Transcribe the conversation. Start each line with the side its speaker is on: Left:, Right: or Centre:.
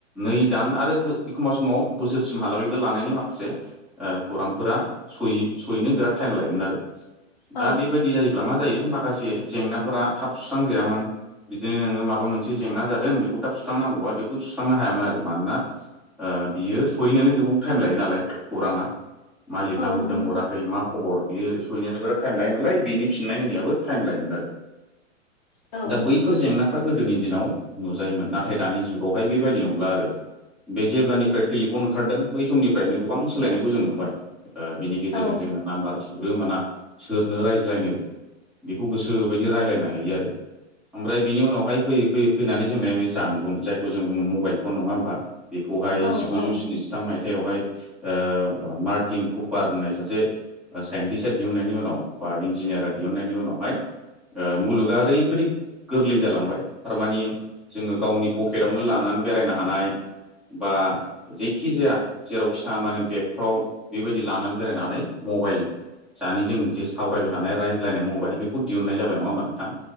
Centre: नै दान आरो एखमबा समाव बोसोरसिमहालागैबो लानायनि माखासे ओ खौरांफोरा सहै सहैनो बिराद थाइम लायोमोन आरो
Left: औ
Centre: दा बेबायदि जायो ब्ला मा जायो माखासे जेंनाफोरा थाब सुस्रांजायामोन। बिदिनो नोङो माबा मोनसे जेंना जादों बेखौ थाब सुस्रांनांगौबा बे खौ सुस्रांनो हायामोन आरो मानोना ओ बियो सहैनोनो गोबाव थाइम लायो नालाय खौराङा। मा लिरना
Left: औ
Centre: हरदों
Left: नंगौ
Centre: हराखै मा खबर। बियो सहैनोनो बिराद थाइम लायो नालाय बिनि फिननाय होनायाबो थाइम लायोमोन आरो
Left: औ
Centre: दा बै फोर जेंनाफ्रा गोदोनि दिनाव नुजायोमोन नाथाय दानि जुगावहाय बेबायदि नंला आरो। बे जेब्लानिफ्राय टेलिफन ओंखारदों बै समनिफ्रायनो गोबां सोलायनायखौ जों नुबाय। बिनि गेजेरजों
Left: औ
Centre: जोङो नाम्बार थुग्रो मोना सोरनो रायज्लायनो बेखौ गोसोबायदि रायलायनो हायो आरो। ओमफ्राय बिनि उनावहाय फैयै फैयै फैनानै जोंना बे जानबुं जाय जों जोङो मबाइल फन नङा होमबा बेखौहाय
Left: औ
Centre: जिगुजौ
Left: औ
Centre: स्नि जि थाम मायथाइयावहाय ओ मार्टिन कुपार होननाय सासे साइन्टिस्टआ दिहुननायनि उनाव बा इन्जिनियारा दिहुननायनि उनावहाय ओ मुलुगा ओरैबायादि गोरलै जालांबाय थारमानि जोङो गावनि पखेटआवनो लानानै बेरायनो हानाय बा जेखि जाया जेरावखि थाङा मानो बेगफ्राव बेबायदि लानानै बेरायनानै मबाइल जानि जों जे सावरायबाय थानाय रायज्लायनाय मबाइल बेखौ दिहुननाय जाबाय नङा होमबा नोंथां।